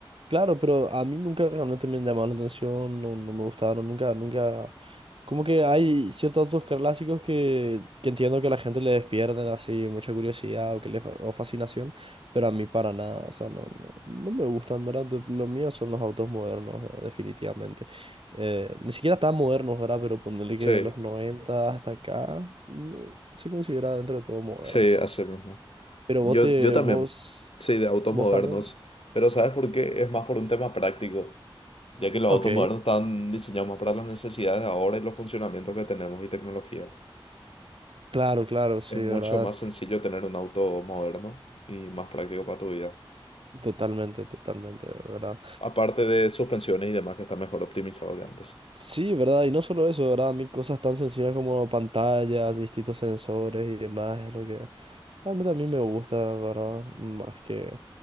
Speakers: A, on the right; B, on the left.
A: Claro, pero a mí nunca realmente me llamaron la atención, no, no me gustaron, nunca, nunca. Como que hay ciertos autos clásicos que, que entiendo que a la gente le despierten así mucha curiosidad o, que le, fa- o fascinación, pero a mí para nada, o sea, no, no, no me gustan, ¿verdad? De- Lo mío son los autos modernos, eh, definitivamente. Eh, ni siquiera tan modernos, ¿verdad? Pero ponerle
B: Sí,
A: que de los 90 hasta acá, no, se considera dentro de todo moderno.
B: sí, así mismo.
A: Pero
B: Yo,
A: vos te,
B: yo también,
A: vos,
B: sí, de autos
A: vos
B: modernos,
A: también.
B: pero ¿sabes por qué? Es más por un tema práctico, ya que los
A: Ok,
B: autos modernos están diseñados más para las necesidades de ahora y los funcionamientos que tenemos y tecnologías.
A: claro, claro, sí,
B: Es
A: ¿verdad?
B: mucho más sencillo tener un auto moderno y más práctico para tu vida.
A: Totalmente, totalmente, ¿verdad?
B: Aparte de suspensiones y demás que está mejor optimizado que antes.
A: Sí, ¿verdad? Y no solo eso, ¿verdad? A mí cosas tan sencillas como pantallas, distintos sensores y demás es lo que realmente a mí me gusta, ¿verdad? Más que